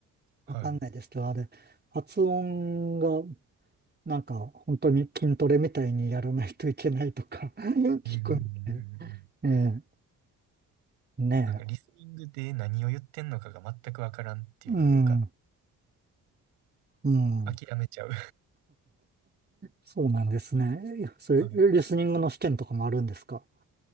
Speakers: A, on the right; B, on the right.
A: はい。
B: わかんないですけど、あれ、発音が、なんか、本当に筋トレみたいにやらないといけないとか <laughs> 聞くんで、
A: うんうんうんうんうん。
B: ええ、ねえ。
A: なんかリスニングで何を言ってんのかが全くわからんっていうのがよく
B: うん、うん。
A: あ、諦めちゃう。
B: そうなんですね。そうリスニングの試験とかもあるんですか
A: はい。